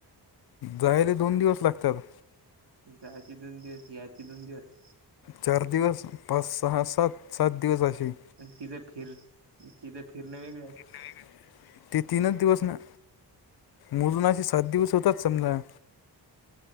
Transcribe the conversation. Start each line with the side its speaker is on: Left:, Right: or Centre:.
Left: जायले, दोन दिवस लागतात.
Right: जायचे दोन दिवस, याचे दोन दिवस.
Left: चार दिवस. पाच, सहा, सात. सात दिवस अशी.
Right: अन् तिथं फिर, तिथं फिरणं वेगळच.
Left: <unintelligible> ते तीनच दिवस ना. मोजून असे सात दिवस होतात, समजा.